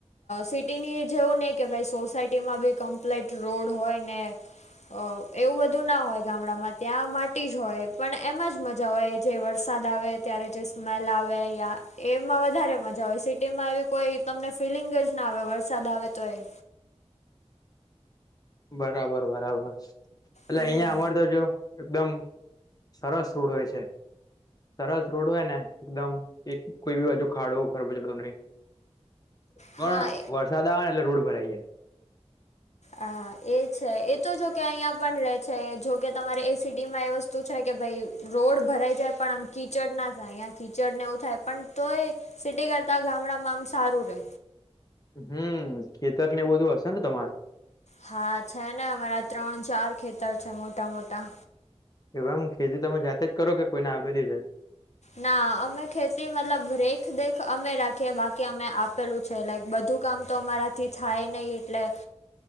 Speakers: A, on the left; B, on the left.
A: સિટીની જેવું નહ કે. સસાયટીમાં બી કમ્પ્લીટ રોડ હોય ને અ એવું બધું ના હોય ગામડામાં ત્યાં માટી જ હોય પણ એમાં જ મજા હોય જે વરસાદ આવે ત્યારે જે સ્મેલ આવે યા એમાં વધારે મજા આવેય સિટીમાં એવી કોઈ તમને ફિલિંગ જ ના આવે વરસાદ આવે તો એ
B: બરાબર બરાબર એટલે
A: હમ
B: અહિયાં અમારે તો જો એકદમ સરસ રૂડ હોય છે સરસ રોડ હોય ને એકદમ એક કોઈ બી બાજુ ખાડો ખરબ ચડતો ન પણ
A: હા
B: વરસાદ આવે ને એટલે રોડ ભરાઈ જાય
A: હા એ છે એ તો જો કે અહીિયાં પણ રે છે જોકે તમારે એસીિડી માં એ વસ્તુ છે કે ભાઈ રોડ ભરાઈ જાય પણ આમ કીચડ ના થાય અહીં કીચડ ને એવું થાય પણ તોય સિટી કરતા ગામડામાં આમ સારું રે.
B: હમ ખેતર ને એવ બધું હશે ને તમારે.
A: હા છે ને અમારા ત્રણ ચાર ખેતર છે મોટા મોટા.
B: એ આમ ખેતી તમે જાતે જ કરો કે કોઈને આવેલી છે.
A: ના અમે ખેતી મતલબ રેખ દેખ અમે રાખીએ બાકી અમે આપેલું. છે લાઈક બધું કામ તો અમારાથી થાય નહીં એટલે.